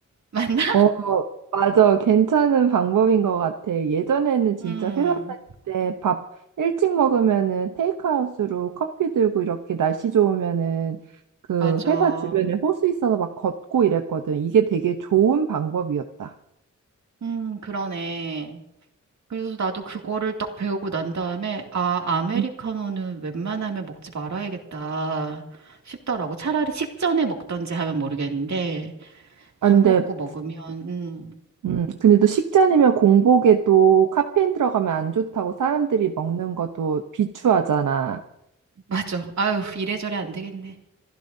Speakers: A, on the right; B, on the right.
A: 맞나?
B: 어, 맞아. 괜찮은 방법인 것 같아. 예전에는 진짜
A: 음.
B: 회사 다닐 때 밥 일찍 먹으면은 테이크아웃으로 커피 들고 이렇게 날씨 좋으면은 그
A: 맞아.
B: 회사 주변에 호수 있어서 막 걷고 이랬거든. 이게 되게 좋은 방법이었다.
A: 음, 그러네. 그래서 나도 그거를 딱 배우고 난 다음에, 아, 아메리카노는
B: 음.
A: 웬만하면 먹지 말아야겠다 싶더라고. 차라리 식전에 먹던지 하면 모르겠는데,
B: 아,
A: 밥
B: 근데,
A: 먹고 먹으면, 음,
B: 음, 근데 또 식전이면 공복에 또 카페인 들어가면 안 좋다고 사람들이 먹는 것도 비추하잖아.
A: 맞아. 아유, 이래저래 안 되겠네.